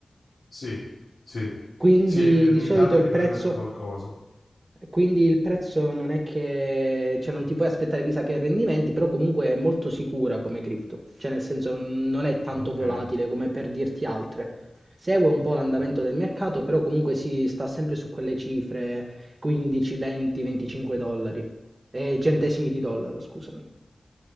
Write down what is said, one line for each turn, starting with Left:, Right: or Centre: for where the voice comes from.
Left: Sì, sì.
Right: quindi
Left: Sì, mi mi
Right: di solito
Left: pare
Right: il
Left: di aver
Right: prezzo...
Left: letto qualcosa.
Right: Quindi il prezzo non è che, cioè non ti puoi aspettare chissà che rendimenti, però comunque è molto sicura come cripto, cioè nel senso n- non è tanto
Left: Ah, ok.
Right: volatile come per dirti altre. Segue un po' l'andamento
Left: Ah,
Right: del mercato, però comunque si sta sempre su quelle cifre 15, 20, 25 dollari, eh, centesimi di dollaro, scusami.